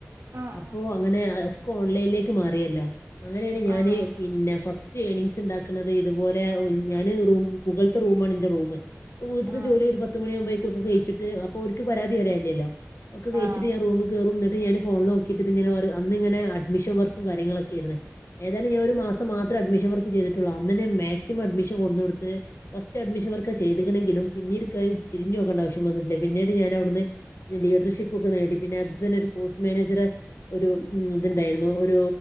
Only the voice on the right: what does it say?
ആഹ്
ആഹ് ആഹ്
ആഹ്
ആഹ്